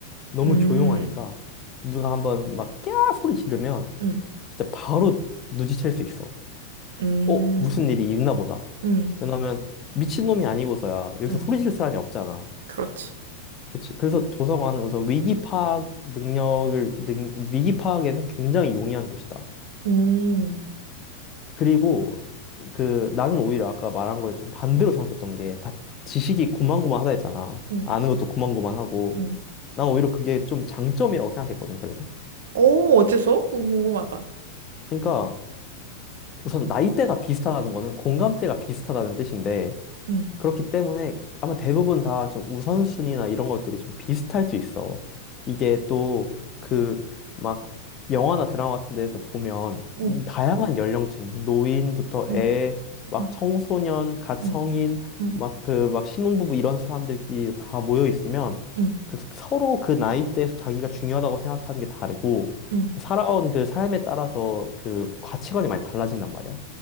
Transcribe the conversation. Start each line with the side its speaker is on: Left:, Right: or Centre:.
Left: 너무
Right: 음,
Left: 조용하니까. 누가 한번 막, 꺄! 소리 지르면
Right: 음,
Left: 진짜 바로 눈치챌 수 있어.
Right: 음,
Left: 어, 무슨 일이 있나 보다.
Right: 음,
Left: 왜냐면, 미친놈이 아니고서야 여기서
Right: 음.
Left: 소리 지를 사람이 없잖아.
Right: 그렇지.
Left: 그치. 그래서 도서관은 우선 위기 파악 능력을, 능, 위기 파악에는 굉장히 용이한 곳이다.
Right: 음,
Left: 그리고 그 나는 오히려 아까 말한 거에 좀 반대로 생각했던 게 다 지식이 고만고만하다 했잖아.
Right: 음,
Left: 아는 것도 고만고만하고.
Right: 음.
Left: 난 오히려 그게 좀 장점이라고 생각했거든, 그래서.
Right: 오, 어째서? 그거 궁금하다.
Left: 그러니까 우선 나이대가 비슷하다는 거는 공감대가 비슷하다는 뜻인데
Right: 음,
Left: 그렇기 때문에 아마 대부분 다 좀 우선순위나 이런 것들이 좀 비슷할 수 있어. 이게 또 그 막 영화나 드라마 같은 데에서 보면
Right: 음,
Left: 다양한 연령층, 막 노인부터
Right: 음,
Left: 애, 막
Right: 음,
Left: 청소년, 갓 성인,
Right: 음, 음,
Left: 막 그 막 신혼부부 이런 사람들끼리 다 모여 있으면
Right: 음,
Left: 그 서로 그 나이대에서 자기가 중요하다고 생각하는 게 다르고
Right: 음,
Left: 살아온 그 삶에 따라서 그 가치관이 많이 달라진단 말이야.